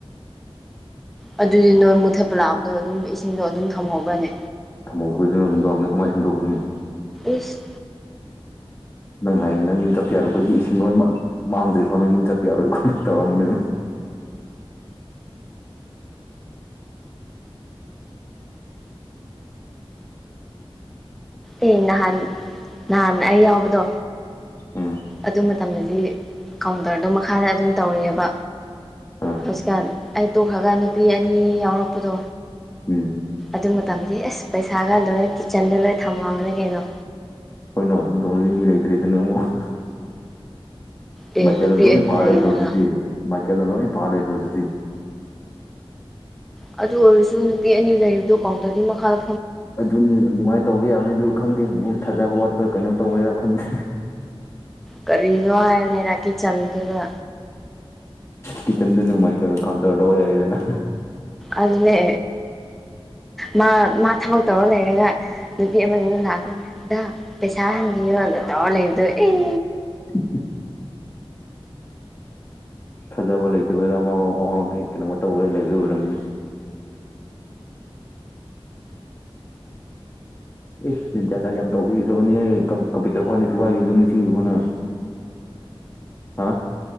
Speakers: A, in the centre; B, on the left (about 30°).
A: ꯑꯗꯨꯗꯤ ꯅꯣꯏ ꯃꯨꯊꯠꯄ ꯂꯥꯛꯄꯗꯣ ꯑꯗꯨꯝ ꯏꯁꯤꯡꯗꯣ ꯑꯗꯨꯝ ꯊꯝꯍꯧꯕꯅꯦ
B: ꯊꯝꯍꯧ ꯈꯣꯏꯗꯣꯅ ꯅꯨꯡꯗꯥꯡꯗ ꯀꯃꯥꯏꯅ ꯁꯦꯡꯗꯣꯛꯀꯥꯅꯤ
A: ꯏꯁ
B: ꯅꯪ ꯍꯌꯦꯡ ꯅꯪ ꯌꯨꯝ ꯆꯠꯄ ꯌꯥꯔꯣꯏꯀꯣ ꯁꯤ ꯏꯁꯤꯡ ꯂꯣꯢꯃꯛ ꯃꯥꯡꯗ꯭ꯔꯤꯀꯣ ꯅꯪ ꯌꯨꯝ ꯆꯠꯄ ꯌꯥꯔꯣꯏꯀꯣ ꯇꯧꯔꯝꯕꯅꯦ
A: ꯑꯦ ꯅꯍꯥꯟ ꯅꯍꯥꯟ ꯑꯩ ꯌꯥꯎꯕꯗꯣ
B: ꯎꯝ
A: ꯑꯗꯨ ꯃꯇꯝꯗꯤ ꯀꯥꯎꯟꯇꯔꯗꯣ ꯃꯈꯥꯗ ꯑꯗꯨꯝ ꯇꯧꯔꯤꯑꯦꯕ
B: ꯑ
A: ꯍꯧꯖꯤꯛꯀꯥꯟ ꯑꯩ ꯇꯣꯛꯈ꯭ꯔꯒ ꯅꯨꯄꯤ ꯑꯅꯤ ꯌꯥꯎꯔꯛꯄꯗꯣ
B: ꯎꯝ
A: ꯑꯗꯨ ꯃꯇꯝꯗꯤ ꯑꯦꯁ ꯄꯩꯁꯥꯒ ꯂꯣꯏꯅ ꯀꯤꯠꯆꯟꯗ ꯂꯣꯏ ꯊꯝꯃꯕꯅꯦ ꯀꯩꯅꯣ
B: ꯍꯣꯏꯅꯣ ꯑꯗꯨꯝ ꯇꯧꯅꯅꯤ ꯂꯩꯇ꯭ꯔꯦ ꯑꯗꯨꯅ ꯑꯃꯨꯛ
A: ꯑꯦ
B: ꯃꯥꯢꯀꯦꯜꯅ
A: ꯅꯨꯄꯤ
B: ꯂꯣꯢꯅ
A: ꯑꯅꯤ
B: ꯄꯥ
A: ꯂꯩꯗꯅ
B: ꯂꯩꯈꯔꯗꯨꯗꯤ ꯃꯥꯢꯀꯦꯜꯅ ꯂꯣꯢ ꯄꯥ ꯂꯩꯈꯔꯗꯨꯗꯤ
A: ꯑꯗꯨ ꯑꯣꯏꯔꯁꯨ ꯅꯨꯄꯤ ꯑꯅꯤ ꯂꯩꯕꯗꯣ ꯀꯥꯎꯟꯇꯔꯒꯤ ꯃꯈꯥ
B: ꯑꯗꯨꯅꯤ ꯑꯗꯨꯃꯥꯏꯅ ꯇꯧꯕ ꯌꯥꯕꯅꯤ ꯑꯗꯨ ꯈꯪꯗꯦ ꯃꯣꯏ ꯊꯥꯖꯕ ꯋꯥꯠꯄꯥ ꯀꯩꯅꯣ ꯇꯧꯕꯦꯔꯥ ꯈꯪꯗꯦ
A: ꯀꯔꯤꯅꯦ ꯍꯥꯢꯕꯅꯤꯗꯥ ꯀꯤꯆꯟꯗꯨꯗ
B: ꯀꯤꯆꯟꯗꯨꯅ ꯃꯥꯢꯀꯦꯜ ꯀꯥꯎꯟꯇꯔ ꯇꯧꯔ ꯂꯩꯔꯦꯗꯅ
A: ꯑꯗꯨꯅꯦ ꯃꯥ ꯃꯥ ꯊꯕꯛ ꯇꯧꯔ ꯂꯩꯔꯒ ꯅꯨꯄꯤ ꯑꯃꯗꯨꯅ ꯂꯥꯛꯑꯒꯗ ꯄꯩꯁꯥ ꯍꯟꯕꯤꯌꯣꯗ ꯇꯧꯔ ꯂꯩꯕꯗꯣ ꯑꯦ
B: <unintelligible> ꯊꯥꯖꯕ ꯂꯩꯇꯕꯩꯔ ꯑꯃ ꯀꯩꯅꯣꯃ ꯇꯧꯕ ꯂꯩꯕꯒꯤ ꯑꯣꯏꯔꯝꯅꯤ ꯑꯦ ꯖꯥꯥꯠ ꯌꯥꯝ ꯇꯧꯕꯤꯈ꯭ꯔꯕꯅꯦ ꯑꯦ ꯀꯝꯄ꯭ꯌꯨꯇꯔ ꯐꯥꯎꯅꯦ ꯊꯨꯒꯥꯏꯕꯤꯕꯗꯨ ꯅꯤꯡꯁꯤꯡꯂꯤꯕꯣ ꯅꯪ ꯍꯥꯥ